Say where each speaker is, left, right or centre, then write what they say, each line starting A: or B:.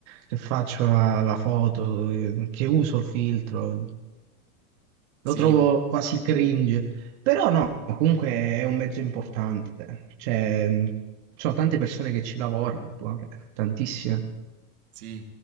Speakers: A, on the right; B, on the right.
A: che faccio la, la foto, eh, che uso il filtro,
B: sì,
A: lo trovo quasi cringe, però no,
B: mh.
A: comunque è un mezzo importante, cioè mh, ci sono tante persone che ci lavorano, guarda, tantissime.
B: Sì,